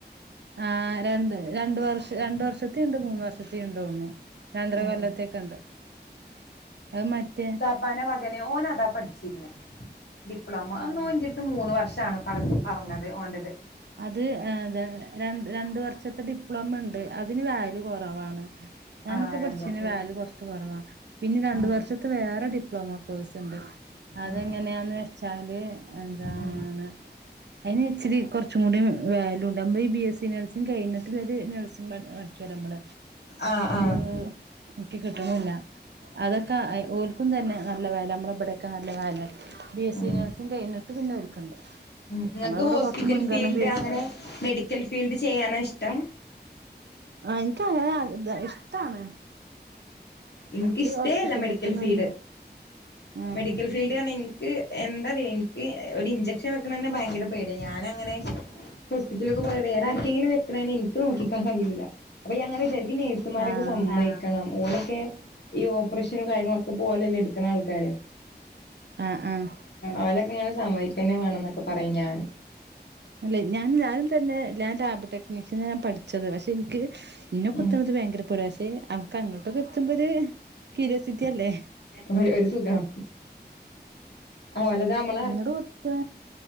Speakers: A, on the right; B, on the left.
A: ആഹ് രണ്ട് രണ്ടു വർഷ രണ്ടു വർഷത്തെ ഉണ്ട് മൂന്ന് വർഷത്ത ഉണ്ടെന്നു തോന്നണു. രണ്ടര
B: ഉം
A: കൊല്ലത്തേയൊക്കേണ്ട്. അത് മറ്റേ
B: പ്പന മകന് ഓന് അതാ പഠിച്ചിരുന്നേ. ഡിപ്ലോമ.
A: ആഹ്
B: അന്ന് ഓൻ എൻ്റെടുത്ത് മൂന്ന് വർഷാണ് പറ പറഞ്ഞത് ഓൻ്റെ ഇത്
A: അത് ആഹ് എന്താ രണ്ട് രണ്ട് വർഷത്തെ ഡിപ്ലോമ ഉണ്ട് അതിന് വാല്യൂ കുറവാണ്. ഞാനൊക്കെ
B: ആ രണ്ട്
A: പഠിച്ചേന്
B: വർഷം
A: വാല്യൂ കുറച്ച് കുറവാ പിന്നെ രണ്ടു
B: ആഹ്
A: വർഷത്തെ വേറെ ഡിപ്ലോമ കോഴ്സ് ഉണ്ട്. അതെങ്ങനെയാന്ന്
B: ഉം
A: വെച്ചാല് എന്താണ്
B: ഉം
A: അതിന് ഇച്ചിരി കുറച്ചും കൂടി വാല്യു ഉണ്ട് നമ്മൾ ഈ ബി എസ് സി നേഴ്സിംഗ് കഴിഞ്ഞിട്ടൽ ഒരു നേഴ്സിങ് പഠിച്ചു വരാം നമ്മൾ
B: ആഹ് ആഹ്
A: ഏഹ് എനിക്ക് കിട്ടണൂല്ല. അതൊക്കെ ഓൽ ക്കും തന്നെ നല്ല വെല നമ്മളെ ഇവിടെയൊക്കെ നല്ല വെലെ ബി എസ്
B: ഉം
A: സി നഴ്സിങ്ങ് കഴിഞ്ഞിട്ട് പിന്നെ ഓല്ക്ക്ണ്ട്.
B: ഉം ഇങ്ങക്ക്
A: നമ്മടെ ഇവിടെ
B: ഹോസ്പിറ്റൽ
A: കുറച്ച് മുൻഗണന
B: ഫീൽഡ്
A: ബി എസ്
B: അങ്ങനെ മെഡിക്കൽ ഫീൽഡ് ചെയ്യാനാ ഇഷ്ടം.
A: ആഹ് എനിക്കങ്ങനെ അതാ ഇഷ്ടാണ്. നമുക്ക്
B: എനിക്ക് ഇഷ്ടേയല്ല
A: ഹോസ്പിറ്റലിലൊക്കെ
B: മെഡിക്കൽ
A: നിന്ന്
B: ഫീൽഡ്
A: ആഹ്
B: മെഡിക്കൽ ഫീൽ എനിക്ക് എന്താറിയോ എനിക്ക് ഒരു ഇഞ്ചെക്ഷൻ വെക്കണത് തന്നെ ഭയങ്കര പേടിയാ ഞാനങ്ങനെ ഹോസ്പിറ്റലേക്ക് പോയാ വേറെ ആർക്കെങ്കിലും വെക്കണ തന്നെ എനിക്ക് നോക്കി നിക്കാൻ കഴിയൂല്ല. അപ്പെ ഞാനിങ്ങനെ വിചാരിക്കും ഈ നേഴ്സ് സുമാരൊക്കെ
A: ആഹ്
B: സമ്മതിക്കണം. ഓലൊക്കെ ഈ ഓപ്പറേഷനും കാര്യങ്ങളൊക്കെ പോലല്ലേ എടുക്കണെ ആൾക്കാരെ
A: ആഹ് ആഹ്
B: ഓലൊക്കെ ഇങ്ങനെ സമ്മതിക്കതന്നെ വേണം എന്നൊക്കെ പറയും ഞാനും
A: അല്ല ഞാൻ ഞാനും തന്നെ ഞാൻ ലാബടെക്നീഷ്യനാ ഞാൻ പഠിച്ചത് പക്ഷെ എനിക്ക് എന്നെ കുത്തണത്
B: ഉം
A: ഭയങ്കര പേടിയ പക്ഷെ അവർക്ക് അങ്ങോട്ടു കുത്തുമ്പോ ഒരു ക്യൂരിയോസിറ്റി അല്ലേ
B: ഒര് ഒരു സുഖം അതുപോലെ നമ്മ
A: ഇങ്ങട് കുത്താ